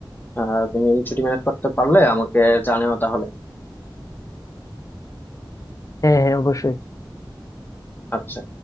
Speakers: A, on the left; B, on the left.
A: আহ, তুমি ছুটি ম্যানেজ করতে পারলে আমাকে জানিও তাহলে
B: হ্যাঁ হ্যাঁ অবশ্যই
A: আচ্ছা